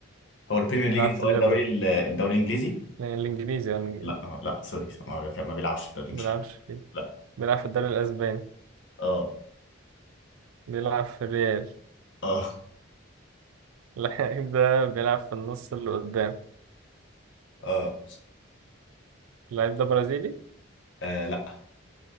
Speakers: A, on the left; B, on the right.
A: هو البريمير
B: بيلعب
A: ليج اللي
B: في الليفر
A: هو الدوري ال- الدوري الانجليزي
B: يعني الإنجليزي يعني الإنجليزي.
A: لا آه، لا سوري ما كان- ما بيلعبش في الدوري الانجليزي
B: ما بيلعبش فيه
A: لا
B: بيلعب في الدوري الأسباني
A: اه
B: بيلعب في الريال
A: اه
B: <laughs> اللعيب ده بيلعب في النص اللي قدام
A: اه
B: اللعيب ده برازيلي
A: آه، لا